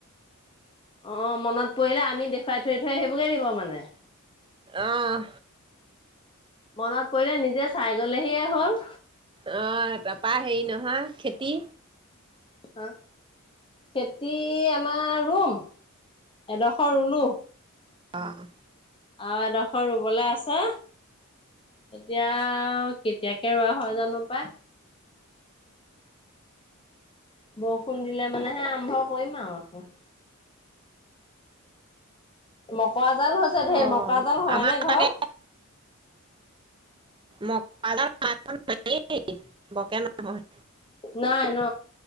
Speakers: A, on the left (about 25°); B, on the right (about 25°).
A: অ', মনত পৰিলে, আমি দেখুৱাই থৈ, থৈ আহিবগে লাগিব মানে।
B: অহ
A: মনত পৰিলে নিজে চাই গ'লেহিয়ে হ'ল।
B: অ', তাপা হেৰি নহয়, খেতি
A: হ খেতি আমাৰ ৰুম, এডখৰ ৰুলো।
B: অ',
A: অ', দখ খ ৰুবলৈ আছে, এতিয়া কেতিয়াকে ৰোৱা হয় জানো পাই। বৰষুণ দিলে মানে হে আৰম্ভ কৰিম আৰু আকৌ। মকাৰা জাল হৈছে ধেৰ,
B: অ'
A: মকা জাল হয়
B: আমাৰ
A: নে ঘৰত?
B: তাকে মকৰা জাল আমাৰ ঘৰত নায়ে, বৰ কে নহয়।
A: নাই ন,